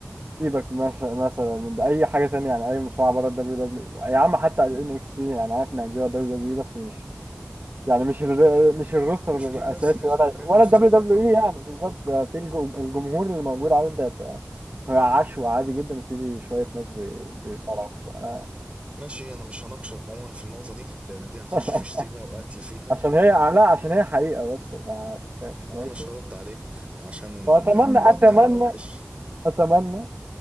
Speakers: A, on the right; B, on the right.
A: سيبك مش- مثلا من أي حاجة تانية يعني أي مصارعة بره ال WWE يا عم حتى ال NXT يعني عارف إنها هتجيبها ال WWE بس مش يعني مش ال مش الروستر
B: مش بتجيب
A: الاساسي
B: نفس فيوز
A: ولا
B: المين
A: ولا
B: روستر
A: الدبليو دبليو
B: ايوه
A: اي يعني بالظبط بقى في الجم- الجمهور اللي موجود على انت بتبقى هي عشوة عادي جدا وفي شوية ناس بي- بيصارعوا ف-
B: ماشي انا مش هناقشك عموما في النقطه دي لان دي هنخش
A: <laughs>
B: في شتيمه وقتل فيها
A: عشان هي لا عشان هي حقيقة بس فعشان كده مش
B: انا
A: تناقشني
B: مش هرد عليك عشان
A: وأتمنى
B: الرد
A: أتمنى
B: هيبقى وحش
A: أتمنى